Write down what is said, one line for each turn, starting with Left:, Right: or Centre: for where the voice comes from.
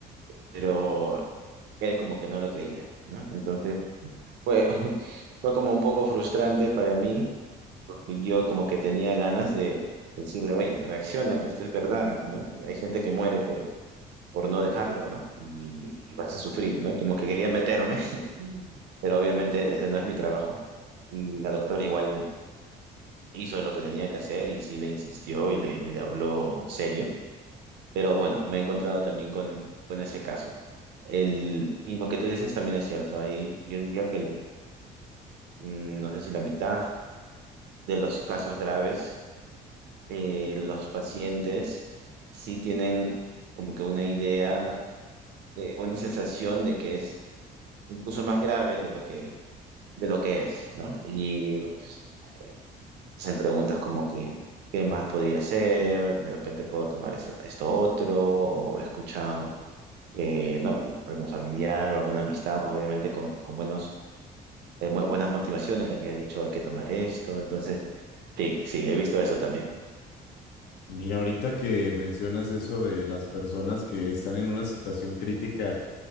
Right: pero él como que no lo creía, ¿no? Entonces fue, <laughs> fue como un poco frustrante para mí porque yo como que tenía ganas de decirle, oye, reacciona, esto es verdad, ¿no? Hay gente que muere por, por no dejarlo, ¿no? Y, y vas a sufrir, ¿no? Como que quería meterme, <laughs> pero obviamente ese no es mi trabajo. Y la doctora igual hizo lo que tenía que hacer y sí le insistió y le, y le habló serio, pero bueno, me he encontrado también con, con ese caso. El, y lo que tú dices también es cierto, ahí yo diría que el- mm, no sé si la mitad de los casos graves eh, los pacientes sí tienen como que una idea, eh, una sensación de que es incluso más grave de lo que, de lo que es, ¿no? Y eh, hacen preguntas como que, ¿qué más podría hacer? De repente puedo tomar esto, esto otro, o he escuchado, eh, ¿no? Algún familiar o alguna amistad, obviamente con, con buenos, eh, bu- buenas motivaciones, le había dicho hay que tomar esto, entonces, sí, sí, he visto eso también.
Left: Mira, ahorita que mencionas eso de las personas que están en una situación crítica